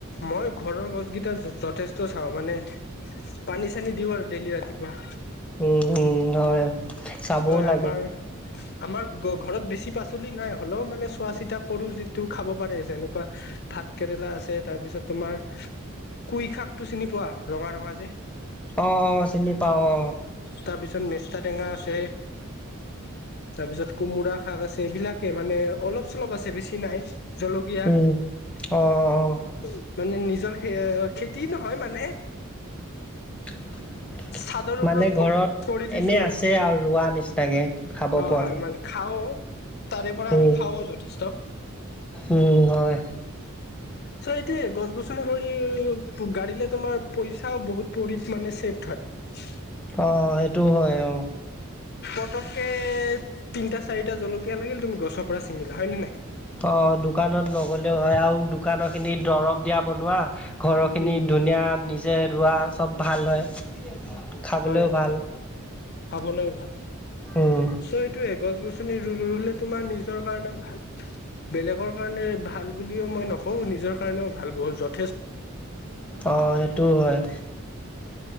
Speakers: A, on the left; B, in the centre.
A: মই ঘৰৰ গছ যথেষ্ট চাওঁ মানে পানী -চানী দিও আৰু দেইলি ৰাতিপুৱা।
B: উম -উম হয়। চাবও
A: হয়,
B: লাগে।
A: আমাৰ- আমাৰ গ ঘৰত বেছি পাচলি নাই হ'লেও মানে চোৱা- চিতা কৰো যিটো খাব পাৰে যেনেকুৱা ভাত কেৰেলা আছে তাৰ পিছত তোমাৰ কুই শাক টো চিনি পোৱা ৰঙা ৰঙা যে
B: অহ - অহ চিনি পাও অহ।
A: তাৰপিছত মেষ্টা টেঙা আছে তাৰপিছত কোমোৰা শাক আছে এইবিলাকে মানে অলপ -চলপ আছে বেছি নাই। জলকীয়া,
B: উম। অ', অ',
A: <unintelligible> মানে নিজৰ এ খেতি নহয় মানে
B: <inaudible>
A: চাদৰ ওপৰত
B: মানে
A: ক
B: ঘৰত
A: কৰি থৈছো
B: এনেই
A: আৰু
B: আছে আও ৰোৱা নিচিনাকে খাব
A: হয়
B: পোৱাকে।
A: হয় মানে খাও তাৰে পৰা
B: উম,
A: আমি খাওঁৱ যথেষ্ট।
B: উম হয়।
A: চ' এইটোয়ে গছ -গছনি কৰি গাড়ীলে তোমাৰ পইচাও বহুত পৰি মানে ছেফ হয়।
B: অহ, সেইটোও হয় অহ।
A: পতককে তিনটা, চাৰিটা জলকীয়া লাগিল তুমি গছৰ পৰা ছিঙিলা হয় নে নাই?
B: অহ, দোকানত নগলেও হয় আৰু দোকানৰ খিনি দৰৱ দিয়া বনোৱা ঘৰৰখিনি
A: উম
B: ধুনীয়া নিজে ৰোৱা চব ভাল হয়। খাবলৈও
A: হয়,
B: ভাল
A: খাবলৈ ভাল
B: উম
A: চ' এইটোয়ে গছ গছনিৰ ৰুলে তোমাৰ নিজৰ কাৰণে ভাল বেলেগৰ কাৰণে ভাল বুলিও মই নকওঁ নিজৰ কাৰণেও ভাল বহ য'ত
B: অ', সেইটোও হয়।